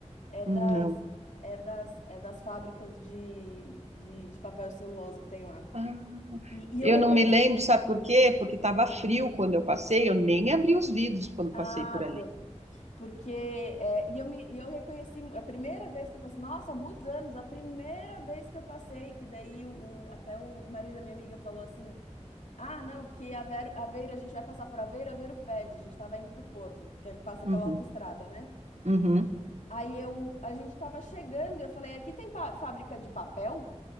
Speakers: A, on the left; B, on the right.
A: é
B: hum,
A: das,
B: não.
A: é das, é das fábricas de, de, de papel e celulose que tem lá.
B: Ah,
A: E, e eu
B: Eu
A: reconheci.
B: não me lembro, sabe por quê? Porque estava frio quando eu passei, eu nem abri os vidros quando
A: Ah,
B: passei por ali.
A: pronto. Porque é, e eu, me, e eu reconheci a primeira vez que eu passei, nossa, há muitos anos, a primeira vez que eu passei, que daí o, o- até o marido da minha amiga falou assim: ah, não, porque Aveiro, Aveiro, a gente vai passar por Aveiro, Aveiro fede, a gente estava indo para o Porto, porque passa
B: Uhum,
A: pela autoestrada, né?
B: uhum,
A: Aí eu, a gente estava chegando e eu falei: aqui tem pa- fábrica de papel?